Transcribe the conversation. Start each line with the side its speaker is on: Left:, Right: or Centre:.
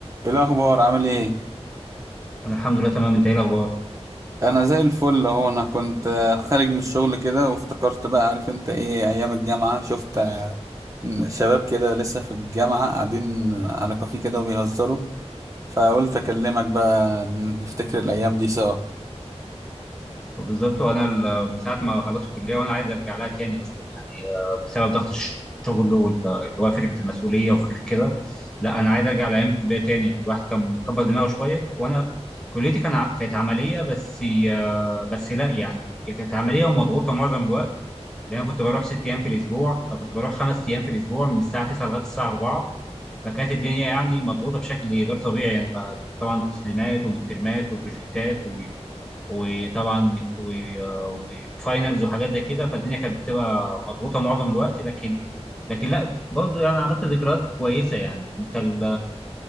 Right: ايه الاخبار عامل ايه
Centre: انا الحمد لله تمام انت ايه الاخبار
Right: انا زي الفل اهو انا كنت آه، خارج من الشغل كده وافتكرت بقى عارف انت ايه ايام الجامعه شفت آه، شباب كده لسه في الجامعه قاعدين على كافيه كده وبيهزروا فقلت اكلمك بقى نفتكر الايام دي سوا
Centre: وبالظبط وانا ال- من ساعه ما خلصت الكليه وانا عايز ارجع لها تاني اصلا يعني آه، بسبب ضغط الش- الشغل وال- اللي هو فكره المسؤوليه وفكره كده لا انا عايز ارجع لايام الكليه تاني يعني الواحد كان مكبر دماغه شويه وانا كليتي كان ع- كانت عمليه بس آه، بس لا يعني هي كانت عمليه ومضغوطه معظم الوقت لان انا كنت بروح ست ايام في الاسبوع كنت بروح خمس ايام في الاسبوع من الساعه 9 لغايه الساعه 4 فكانت الدنيا يعني مضغوطه بشكل غير طبيعي يعني بقى طبعا تسليمات ومترمات وبروجكتات وطبعا بت- و- وفاينلز وحاجات زي كده فالدنيا كانت بتبقى مضغوطه معظم الوقت لكن لكن لا برضه يعني عملت ذكريات كويسه يعني انت ال...